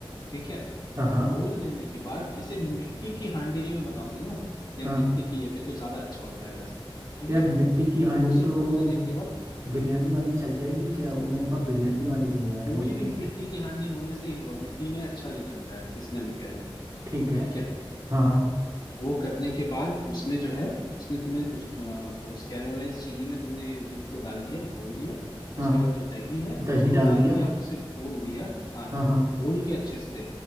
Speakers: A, on the left; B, on the right.
A: ठीक है
B: हाँ हाँ
A: घोल देने के बाद इसे मिट्टी की हांडी में बनाओगे ना या
B: हाँ
A: मिट्टी की ये पे तो ज्यादा अच्छा होता है वैसे ठीक
B: यार
A: है
B: मिट्टी की हांडी
A: तो उसे
B: तो
A: घोल
B: वो
A: देने के बाद
B: बिरयानी वाली चल जाएगी क्या वो मेरे पास बिरयानी वाली है यार
A: कोई
B: मिट्टी
A: भी
B: की
A: मिट्टी की हांडी होने से ही हुआ मिट्टी में अच्छा ये जमता है इसलिए मैं कह रहा हूँ
B: ठीक है
A: ठीक है
B: हाँ हाँ
A: वो करने के बाद उसमें जो है उसने तुम्हें उस अ, उस कैरामलाइज चीनी में तुमने दूध को डाल दिया घोल दिया
B: हाँ
A: उसके बाद जो दही है
B: दही
A: उसको
B: डाल
A: डाल
B: दिया
A: दिया उसे घोल दिया हाँ
B: हाँ
A: दू-
B: हाँ
A: घोल के अच्छे से